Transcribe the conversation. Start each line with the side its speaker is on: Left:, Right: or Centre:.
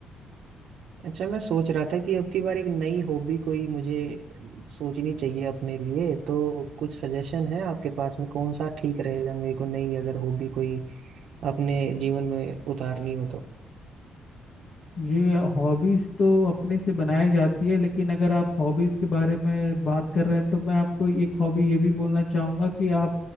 Right: अच्छा मैं सोच रहा था कि अब की बार एक नई हॉबी कोई मुझे सोचनी चाहिए अपने लिए तो कुछ सजेशन है आपके पास में कौन सा ठीक रहेगा मेरे को नई अगर हॉबी कोई अपने जीवन में उतारनी हो तो
Left: जी हॉबीज तो अपने से बनाई जाती है लेकिन अगर आप हॉबीज के बारे में बात कर रहे हैं तो मैं आपको एक हॉबी ये भी बोलना चाहूंगा कि आप